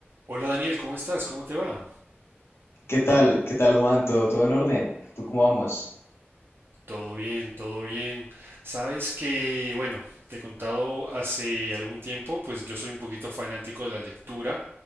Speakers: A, on the right (about 55°); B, on the left (about 65°).
A: Hola Daniel, ¿cómo estás? ¿Cómo te va?
B: ¿Qué tal? ¿Qué tal, Juan? ¿Todo, todo en orden? ¿Tú cómo vamos?
A: Todo bien, todo bien. Sabes que, bueno, te he contado hace algún tiempo, pues yo soy un poquito fanático de la lectura